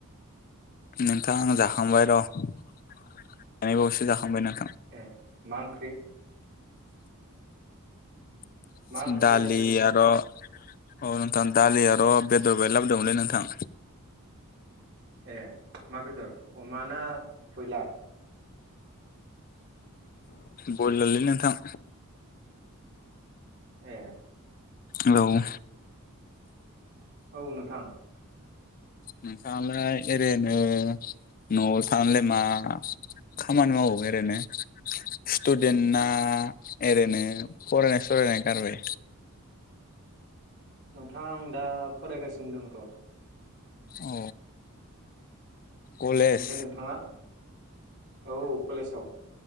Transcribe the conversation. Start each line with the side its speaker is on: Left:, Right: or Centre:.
Left: नोंथां आं जाखांबाय र <unintelligible> बावैसो जाखांबाय नों-
Right: ए मा ओंख्रि?
Left: <inaudible>
Right: मा ओंख्रिथो
Left: दालि
Right: जाखो ओमफ्राय
Left: आरो औ नोंथां दालि आर' बेदर बाय लाबोदोंमोनलै नोंथां।
Right: ए मा बेदर? अमाना खयलार?
Left: बयलालै नोंथां
Right: ए
Left: औे
Right: औ नोंथां।
Left: नोंथाङालाय ओरैनो न'आव थानालाय मा खामानि मावो ओरैनो स्टुदेन्टना ओरैनो फरायनाय सरनाय गारबाय?
Right: नोंथाङा आं दा फरायगासिनो दं थ।
Left: अ कलेज
Right: ओमफ्राय नोंथाङा औ कलेजाव।